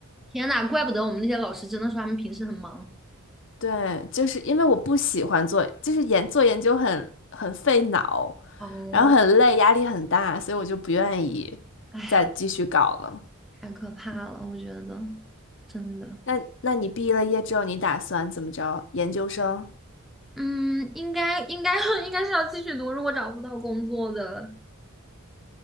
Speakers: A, in the centre; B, on the left (about 55°).
A: 天呐，怪不得我们那些老师真的说他们平时很忙。
B: 对，就是因为我不喜欢做，就是研做研究很很费脑，
A: 哦，
B: 然后很累，压力很大，所以我就不愿意
A: 哎，
B: 再继续搞了。
A: 太可怕了，我觉得真的。
B: 那那你毕了业之后，你打算怎么着？研究生？
A: 嗯，应该应该 <laughs> 应该是要继续读，如果找不到工作的，